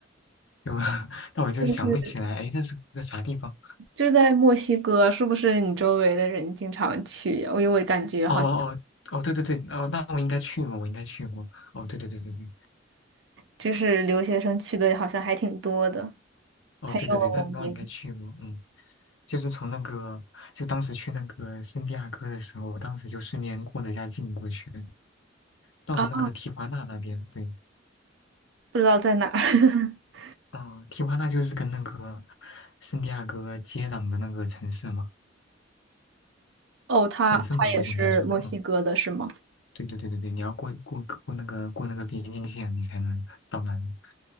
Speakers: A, on the left; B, on the right.
A: 有，<laughs> 但我就想不起来，
B: 就是
A: 哎，这是个啥地方？
B: 就在墨西哥，是不是你周围的人经常去呀？因为我感觉好像
A: 哦哦哦哦，对对对，哦，那我应该去过，我应该去过。哦，对对对对对，
B: 就是留学生去的，好像还挺多的。
A: 哦，
B: 还有你
A: 对对对，那那我应该去过，嗯，就是从那个，就当时去那个圣地亚哥的时候，我当时就顺便过了一下境过去，到了那个提华纳那边，
B: 啊，
A: 对，
B: 不知道在哪儿。<laughs>
A: 啊、提华纳就是跟那个圣地亚哥接壤的那个城市嘛，
B: 哦，他他也是墨西哥的，
A: 省份吧，或者应该说，嗯，
B: 是吗？
A: 对对对对对，你要过过过那个过那个边境线，你才能到那里，